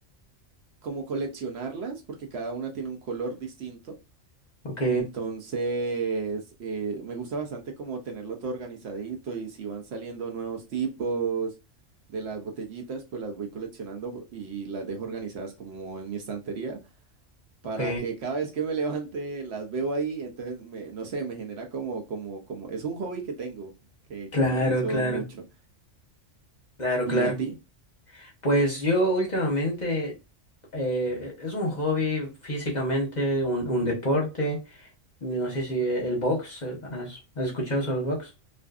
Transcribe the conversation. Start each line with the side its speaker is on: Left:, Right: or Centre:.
Right: como coleccionarlas porque cada una tiene un color distinto.
Left: ok,
Right: Entonces, eh, me gusta bastante como tenerlo todo organizadito y si van saliendo nuevos tipos de las botellitas, pues las voy coleccionando y las dejo organizadas como en mi estantería para
Left: ok.
Right: que cada vez que me levante las veo ahí, entonces me, no sé, me genera como, como, como, es un hobby que tengo, que,
Left: Claro,
Right: que realizo
Left: claro,
Right: mucho.
Left: claro,
Right: ¿Y
Left: claro.
Right: a ti?
Left: Pues yo últimamente eh, es un hobby físicamente, un, un deporte. No sé si el box, eh, ¿has, has escuchado sobre el box?